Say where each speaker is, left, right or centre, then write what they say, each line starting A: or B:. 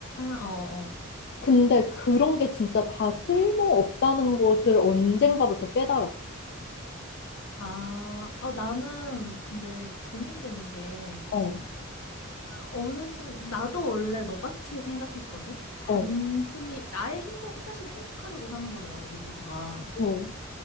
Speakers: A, on the left; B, on the left.
A: 어, 어.
B: 근데 그런 게 진짜 다 쓸모없다는 것을 언젠가부터 깨달았어.
A: 아, 어, 나는 근데 고민되는 게
B: 어,
A: 어느 순간 나도 원래 너같이 생각했거든? 단순히
B: 어,
A: 나의 행복, 사실 행복하려고 사는 거잖아, 우리 모두가.
B: 어.